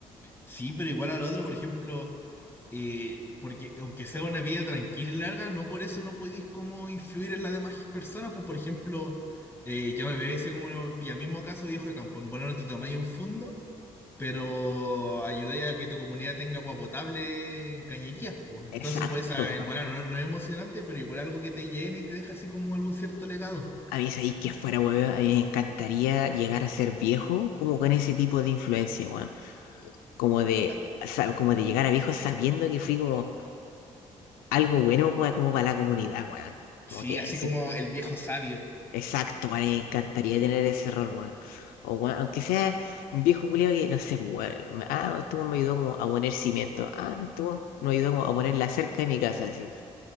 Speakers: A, on the left (about 15°); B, on the left (about 85°).
A: sí, pero igual al otro, por ejemplo, eh, porque aunque sea una vida tranquila y larga, no por eso no podéis como influir en las demás personas. Pues, por ejemplo, eh, yo me veo ese como ya mismo caso, viejo de campo. En bola no te tomáis un fundo pero ayudáis a que tu comunidad tenga agua potable en cañerías, pues. Entonces,
B: Exacto,
A: pues, esa- en volar no, no es emocionante, pero igual algo que te llene y te deja así como algún cierto legado.
B: A mí, sabéis que fuera, weón, a mí me encantaría llegar a ser viejo como con ese tipo de influencia, weón. Como de,
A: Ah,
B: sab- como de llegar a viejo sabiendo que fui como algo bueno pa- como para la comunidad, weón.
A: Sí,
B: Como que,
A: así
B: sí,
A: como el viejo sabio.
B: exacto, weón, me encantaría tener ese rol, weón. O, weón, aunque sea un viejo culiao que, no sé, weón, ah, estuvo, me ayudó como a poner cimiento. Ah, no estuvo, me ayudó como a poner la cerca de mi casa, así.